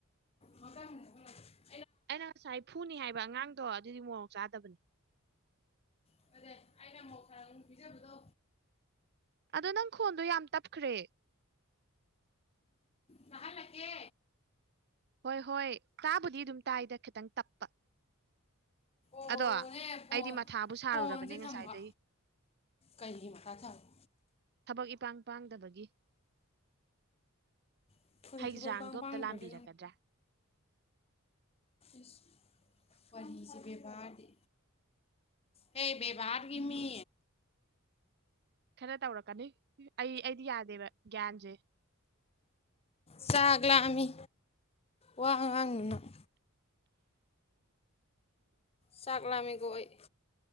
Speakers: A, on the left; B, on the right.
A: ꯃꯊꯪꯗꯗꯤ ꯍꯐꯟꯂꯛꯀꯦ
B: ꯑꯩꯅ ꯉꯁꯥꯏ ꯐꯨꯅꯤ ꯍꯥꯏꯕ ꯑꯉꯥꯡꯗꯣ ꯑꯗꯨꯗꯤ ꯃꯣꯔꯣꯛ ꯆꯗꯕꯅꯤ
A: <unintelligible> ꯑꯩꯅ ꯃꯣꯔꯣꯛ ꯈꯔꯥ ꯑꯗꯨꯝ ꯄꯤꯖꯕꯗꯣ
B: ꯑꯗꯣ ꯅꯪ ꯈꯣꯟꯗꯣ ꯌꯥꯝ ꯇꯞꯈ꯭ꯔꯦ
A: ꯇꯥꯍꯜꯂꯛꯀꯦ
B: ꯍꯣꯏ ꯍꯣꯏ ꯇꯥꯕꯨꯗꯤ ꯑꯗꯨꯝ ꯇꯥꯏꯗ ꯈꯤꯇꯪ ꯇꯞꯄ
A: ꯑꯣꯅꯦ
B: ꯑꯗꯣ ꯑꯩꯗꯤ
A: ꯐꯣꯟ
B: ꯃꯊꯥꯕꯨ ꯁꯥꯔꯨꯔꯕꯅꯦ
A: ꯐꯣꯟꯁꯦ
B: ꯉꯁꯥꯏꯗꯒꯤ
A: ꯊꯝꯕ ꯀꯩꯒꯤ ꯃꯊꯥ ꯁꯥꯏꯕ
B: ꯊꯕꯛ ꯏꯄꯥꯡ ꯄꯥꯡꯗꯕꯒꯤ
A: ꯑꯩꯈꯣꯏ
B: ꯍꯩꯖꯥꯡꯗꯣ
A: ꯊꯕꯛ ꯄꯥꯡ ꯄꯥꯡꯗ꯭ꯔꯒꯦ
B: ꯑꯝꯇ ꯂꯥꯕꯤꯔꯛꯀꯗ꯭ꯔꯥ
A: ꯏꯁ ꯋꯥꯔꯤꯁꯦ ꯕꯦꯚꯥꯔꯗꯤ ꯍꯦ ꯕꯦꯕꯥꯔꯒꯤꯃꯤ
B: ꯈꯔ ꯇꯧꯔꯛꯀꯅꯤ ꯑꯩ ꯑꯩꯗꯤ ꯌꯥꯗꯦꯕ ꯒ꯭ꯌꯥꯟꯁꯦ
A: ꯆꯥꯛ ꯂꯥꯝꯃꯤ ꯋꯥ ꯉꯥꯡꯅꯨꯅꯪ ꯆꯥꯛ ꯂꯥꯝꯃꯤꯀꯣ ꯑꯩ